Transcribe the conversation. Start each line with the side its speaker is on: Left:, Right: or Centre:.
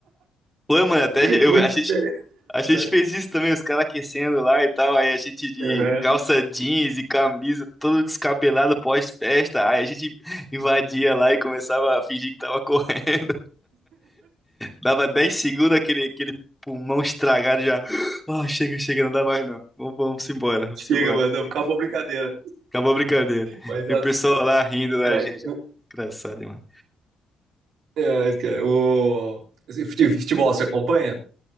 Centre: Foi, mano, até
Right: <laughs>
Centre: eu,
Right: Muito
Centre: a gente,
Right: diferente.
Centre: a gente
Right: né?
Centre: fez isso também, os caras aquecendo lá e tal. Aí a gente de
Right: Uhum.
Centre: calça jeans e camisa, todo descabelado pós-festa. Aí a gente invadia lá e começava a fingir que tava correndo. Dava 10 segundos aquele, aquele pulmão estragado já. Ah, chega, chega, não dá mais não. Vamos, vamos embora, vamos
Right: Chega,
Centre: embora.
Right: mano, acabou a brincadeira.
Centre: Acabou a brincadeira.
Right: Mas,
Centre: E
Right: as-
Centre: o pessoal lá rindo da
Right: mas
Centre: gente. é Engraçado, mano.
Right: é, cara, o esse fute- futebol você acompanha?